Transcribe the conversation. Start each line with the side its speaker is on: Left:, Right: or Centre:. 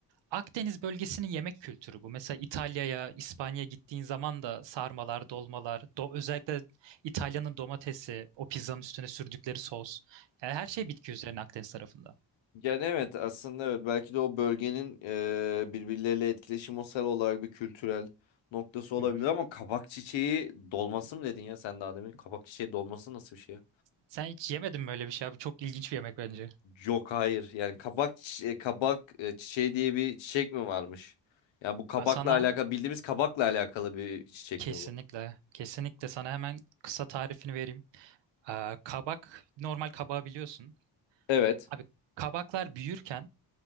Right: Akdeniz bölgesinin yemek kültürü bu. Mesela İtalya'ya, İspanya'ya gittiğin zaman da sarmalar, dolmalar, do özellikle İtalya'nın domatesi, o pizzanın üstüne sürdükleri sos. Yani her şey bitki üzerine Akdeniz tarafında.
Left: Yani evet aslında evet belki de o bölgenin e, birbirleriyle etkileşimsel olarak bir kültürel noktası olabilir
Right: Hı hı.
Left: ama kabak çiçeği dolması mı dedin ya sen daha demin? Kabak çiçeği dolması nasıl bir şey ya?
Right: Sen hiç yemedin mi öyle bir şey abi? Çok ilginç bir yemek bence.
Left: Yok hayır yani kabak çi- e, kabak e, çiçeği diye bir çiçek mi varmış? Yani bu kabakla
Right: Aa, Sana
Left: alakalı bildiğimiz kabakla alakalı bir çiçek
Right: kesinlikle,
Left: mi bu?
Right: kesinlikle sana hemen kısa tarifini vereyim. Aa, kabak, normal kabağı biliyorsun.
Left: Evet.
Right: Abi kabaklar büyürken